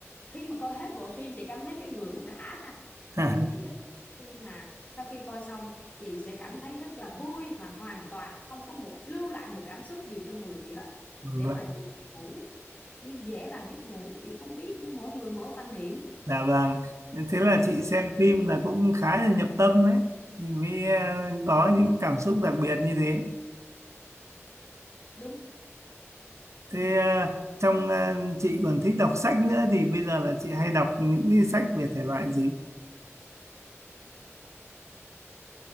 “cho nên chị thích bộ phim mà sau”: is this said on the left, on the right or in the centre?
Left